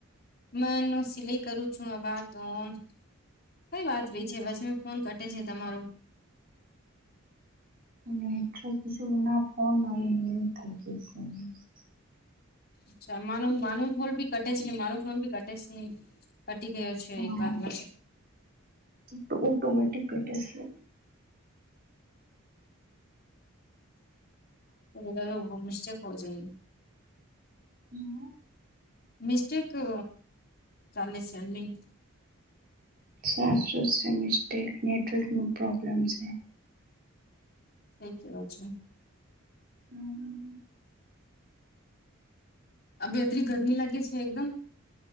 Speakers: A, on the left; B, on the right.
A: મે એનું સિલાઈ કરું છું આબા તોન. કઈ વાત વિચે વચમે ફોન કટે છે તમારો.
B: અને નેટવર્ક ઇસ્યૂ વિના ફોન નહીં એવું થઈ ગયું છે.
A: અરછા માનો માનું ફોન ભી કટે છે, મારો ફોન ભી કટે છે. કટી ગયો છે
B: હા
A: એક બાર <inaudible>
B: તો ઓટોમેંટિક કટે છે.
A: હમ્મ મિસ્ટેક હોવો જોઈ.
B: હમ્મ
A: મિસ્ટેક અ ચાલે છે એમની.
B: સાચું છે મિસ્ટેક નેટવર્ક નો પ્રોબ્લેમ છે.
A: સહી કીધું છે.
B: હમ્મ.
A: અ બેતરી ગરમી લાગે છે એકદમ